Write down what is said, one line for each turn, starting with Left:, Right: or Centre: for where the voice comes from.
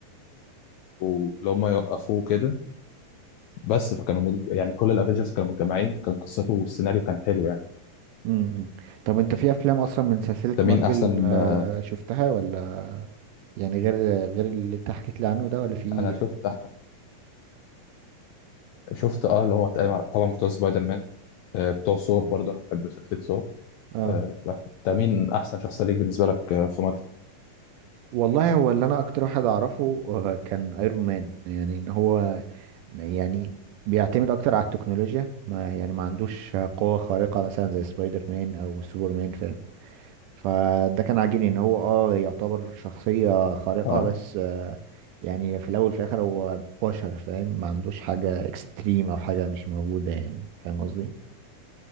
Left: اللي هم يوقفوه كده بس فكانوا مد... يعني كل الافنجرز كانوا متجمعين كان قصته والسيناريو كان حلو يعني
Right: امم طب انت في افلام اصلا من سلسلة
Left: انت مين
Right: مارفل
Left: احسن
Right: آه
Left: آه،
Right: شفتها ولا يعني غير غير اللي انت حكيت لي عنه ده ولا في إيه؟
Left: انا شفت شفت اه اللي هو طبعا بتوع سبايدر مان آه، بتوع ثور برضه انا بحب شخصية ثور
Right: اه
Left: آه، بس انت مين احسن شخصية ليك بالنسبة لك آه، في مارفل؟
Right: والله هو اللي انا اكتر واحد اعرفه آه، كان ايرون مان يعني ان هو يعني بيعتمد اكتر على التكنولوجيا ما يعني ما عندوش قوة خارقة مثلا زي سبايدر مان او سوبر مان فاهم فده كان عاجبني ان هو اه يعتبر شخصية خارقة
Left: اه
Right: بس آه، يعني في الاول وفي الاخر هو بشر فاهم ما عندوش حاجة اكستريم او حاجة مش موجودة يعني فاهم قصدي